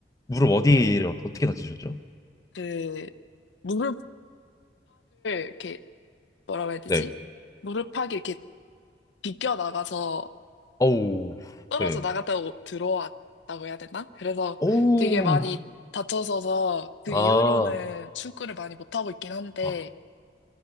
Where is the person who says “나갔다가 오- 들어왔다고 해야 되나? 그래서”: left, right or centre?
Left